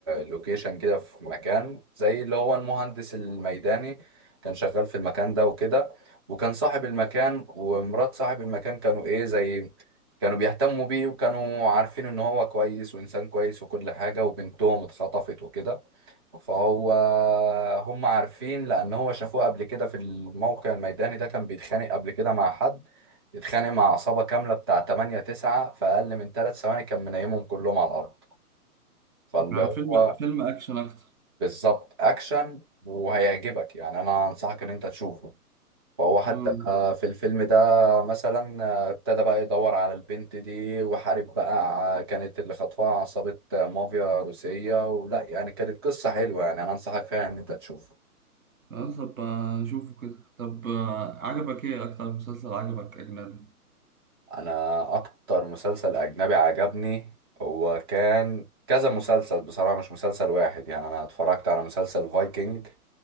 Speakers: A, on the right; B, on the right.
A: لوكيشن كده في مكان زي اللي هو المهندس الميداني كان شغال في المكان ده وكده وكان صاحب المكان ومرات صاحب المكان كانوا ايه زي كانوا بيهتموا بيه وكانوا عارفين ان هو كويس وانسان كويس وكل حاجة وبنتهم اتخطفت وكده فهو هم عارفين لان هو شافوه قبل كده في الموقع الميداني ده كان بيتخانق قبل كده مع حد اتخانق مع عصابة كاملة بتاع 8 9 في اقل من 3 ثواني كان منيمهم كلهم على الارض فاللي
B: عن
A: هو
B: فيلم فيلم اكشن اكتر
A: بالظبط اكشن وهيعجبك يعني انا انصحك ان انت تشوفه فهو حتى
B: اه
A: آه، في الفيلم ده مثلا آه، ابتدى بقى يدور على البنت دي وحارب بقى كانت اللي خطفها عصابة آه، مافيا روسية ولا يعني كانت قصة حلوة يعني انا انصحك فعلا ان انت تشوفه
B: آه، طب آه، اشوفه كده طب آه، عجبك ايه اكتر مسلسل عجبك اجنبي
A: انا اكتر مسلسل اجنبي عجبني هو كان كذا مسلسل بصراحة مش مسلسل واحد يعني انا اتفرجت على مسلسل فايكنج